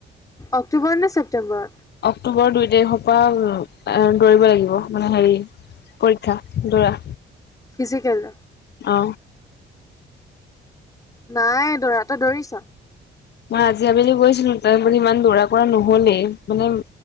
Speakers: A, on the left (about 15°); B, on the left (about 55°).
A: অক্টোবৰ নে ছেপ্তেম্বৰ।
B: অক্টোবৰ দুই তাৰিখৰ পৰা দৌৰিব লাগিব মানে হেৰি। পৰীক্ষা দৌৰা।
A: ফিজিকেলৰ
B: অ
A: নাই দৰা তই দৌৰিছ?
B: মই আজি আবেলি গৈছিলো তাৰোপৰি ইমান দৌৰা কৰা নহলেই মানে।